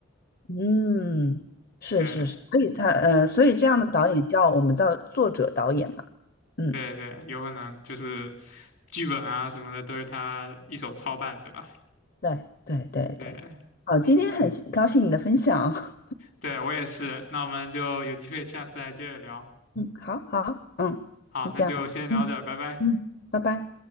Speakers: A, on the left; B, on the left.
A: 嗯，是是是，
B: 对，
A: 所以他呃，所以这样的导演叫我们叫作者导演嘛。嗯，
B: 对，对，有可能就是剧本啊什么的都是他一手操办，对吧？
A: 对对对对。
B: 对，
A: 好，
B: 嗯，
A: 今天很高兴你的分享。
B: 对，我也是。那我们就有机会下次再接着聊。
A: <laughs> 嗯，好好，嗯，
B: 好，
A: 就这样。
B: 那就先聊着，
A: 嗯
B: 拜拜。
A: 嗯，拜拜。